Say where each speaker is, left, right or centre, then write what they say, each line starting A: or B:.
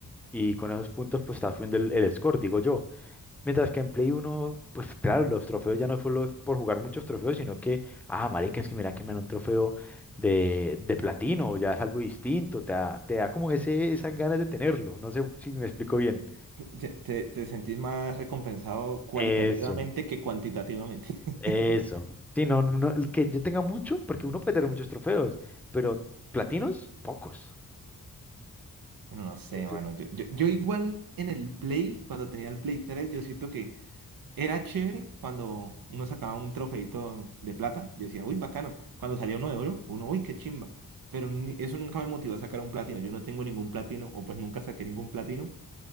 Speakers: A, in the centre; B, on the right.
A: Y con esos puntos, pues está subiendo el,
B: <laughs>
A: el score, digo yo. Mientras que en Play uno pues claro, los trofeos ya no solo es por jugar muchos trofeos, sino que, ah, marica, es que mira que me dan un trofeo de, de platino, ya es algo distinto, te da, te da como ese, esas ganas de tenerlo. No sé si me explico bien.
B: Te, te- te sentís más recompensado cualitativamente
A: Eso,
B: que cuantitativamente. <laughs>
A: eso. Sí, no, no, no, el que yo tenga mucho, porque uno puede tener muchos trofeos, pero platinos, pocos.
B: Bueno, no sé,
A: Entonces,
B: mano. Yo, yo, yo igual en el Play, cuando tenía el Play 3, yo siento que Era chévere cuando uno sacaba un trofeito de plata, yo decía, uy, bacano. Cuando salía uno de oro, uno, uy, qué chimba. Pero ni- eso nunca me motivó a sacar un platino. Yo no tengo ningún platino, o pues nunca saqué ningún platino.